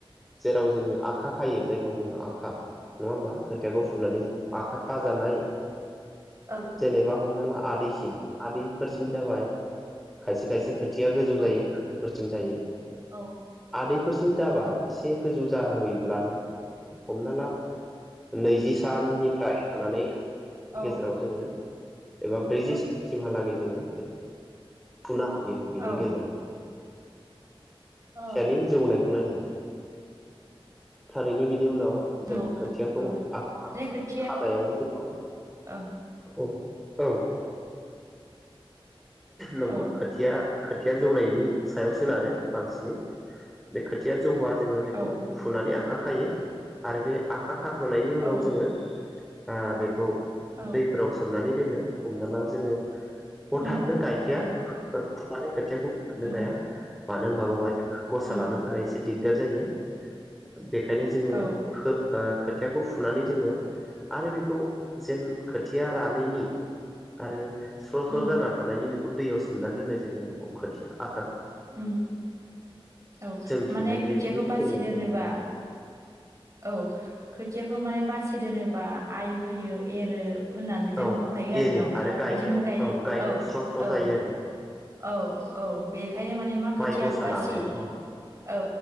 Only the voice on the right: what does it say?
औ
औ
औ
औ
औ
औ
औ
औ
माने खोथिया
औ
औ
औ
औ
औ
उम
औ
नंगौ
उम
औ
उम
उम। औ
माने खोथियाखौ
बासि
दोनोबा
औ खोथियाखौ माने बासिदो नोबा जेनेबा आइ होयो एरो होननानै जों
फोथायो आरो
न'
बिदि म गाय
औ
औ
औ औ बेखायनो माने मा खोथिया
बासि
औ